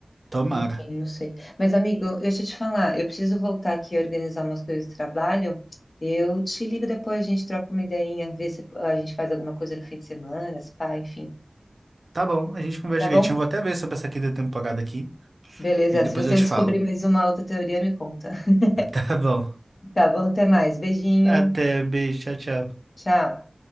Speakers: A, on the right; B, on the left.
A: Tomara.
B: Enfim, não sei. Mas, amigo, deixa eu te falar, eu preciso voltar aqui e organizar umas coisas do trabalho. Eu te ligo depois, a gente troca uma ideinha, vê se a gente faz alguma coisa no fim de semana, se pá, enfim.
A: Tá bom, a gente conversa
B: Tá
A: direitinho.
B: bom?
A: Vou até ver sobre essa quinta temporada aqui
B: Beleza,
A: e depois
B: se você
A: eu te
B: descobrir
A: falo.
B: mais uma outra teoria, me conta. <laughs>
A: <laughs> Tá bom.
B: Tá bom, até mais. Beijinho.
A: Até, beijo, tchau, tchau.
B: Tchau.